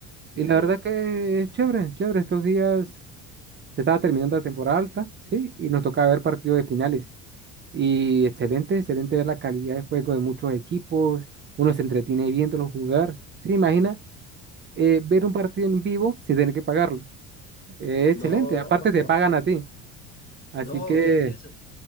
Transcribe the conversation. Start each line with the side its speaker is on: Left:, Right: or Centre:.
Right: Y
Left: ya.
Right: la verdad que es chévere, chévere. Estos días se estaba terminando la temporada alta, sí, y nos toca ver partidos de finales. Y excelente, excelente ver la calidad de juego de muchos equipos, uno se entretiene viéndolos jugar. Sí, imagina eh, ver un partido en vivo sin tener que pagarlo. Eh, excelente,
Left: No,
Right: aparte
Left: <laughs>
Right: te pagan a ti. Así
Left: no,
Right: que,
Left: qué belleza.